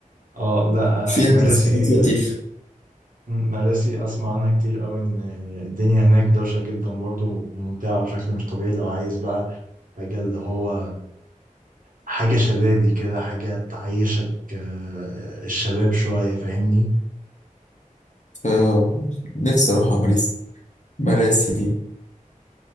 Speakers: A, on the right (about 75°); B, on the left (about 60°).
A: اه لا
B: فيها
A: آه، مراسي
B: ناس لطيف
A: مراسي اسمع عنها كتير قوي ان الدنيا هناك دوشه جدا برضو وممتعه بشكل مش طبيعي لو عايز بقى مجال اللي هو حاجه شبابي كده حاجه تعيشك آه، الشباب شويه فاهمني
B: آه، نفسي أروح على مريسي مراسي دي